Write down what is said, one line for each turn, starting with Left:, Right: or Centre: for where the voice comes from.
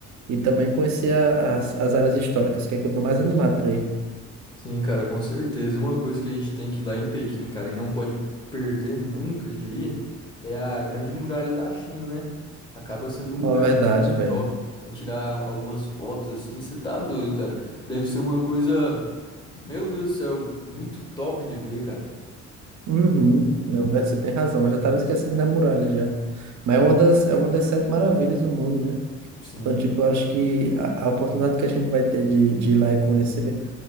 Right: e também conhecer a- as, as áreas históricas, que é que eu tô mais animado pra ir.
Left: Sim, cara, com certeza. Uma coisa que a gente tem que ir lá em Pequim, cara, e não pode perder nunca de ir, é a Grande Muralha da China, né? Acaba sendo um
Right: Uma
Left: lugar
Right: verdade,
Left: muito
Right: velho.
Left: top. É tirar algumas fotos assim, você tá doido, cara. Deve ser uma coisa, meu Deus do céu, muito top de ver, cara.
Right: Uhum. Não, vai- você tem razão. Eu já estava esquecendo da muralha já. Mas é uma das, é uma das sete maravilhas do mundo, né?
Left: Sim,
Right: Então, tipo, eu acho que a, a oportunidade que a gente vai ter de, de ir lá e conhecer,